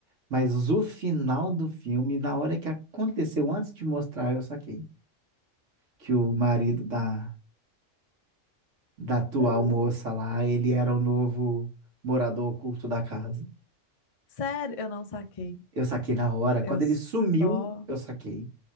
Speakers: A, on the right (about 75°); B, on the left (about 35°).
A: Mas o final do filme, na hora que aconteceu, antes de mostrar, eu saquei que o marido da da atual
B: hum.
A: moça lá, ele era o novo morador oculto da casa.
B: Sério, eu não saquei.
A: Eu saquei na hora. Quando
B: Eu
A: ele
B: só.
A: sumiu, eu saquei.